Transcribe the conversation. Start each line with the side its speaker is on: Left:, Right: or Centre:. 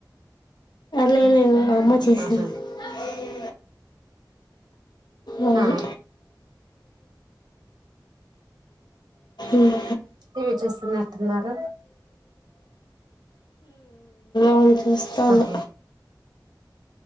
Left: లేలేదు అమ్మ చేసాం
Right: ఆహా
Left: ఇ అవును
Right: ఆ
Left: ఉమ్,
Right: <unintelligible> పోతున్నారా
Left: <unintelligible> చూస్తన్న
Right: ఆహా